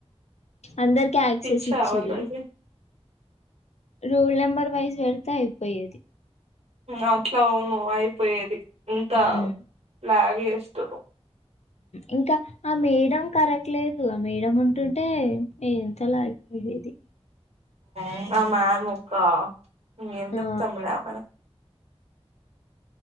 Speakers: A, on the left (about 80°); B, on the right (about 70°).
A: అందరికి యాక్సెస్
B: పిచ్చా
A: ఇచ్చిరు
B: వాళ్ళకి
A: రూల్ నెంబర్ వైజ్ పెడితే అయిపోయేది
B: అట్లా అవును అయిపోయేది ఇంతా
A: ఉమ్.
B: లాగ్ చేస్తురు
A: ఇంకా ఆ మేడం కరెక్ట్ లేదు ఆ మేడ ఉంటుంటే ఎంతలా అయ్యేది
B: మ్ ఆ మామ్ ఓక్క ఎం చెప్తంలే
A: ఆ.
B: ఆ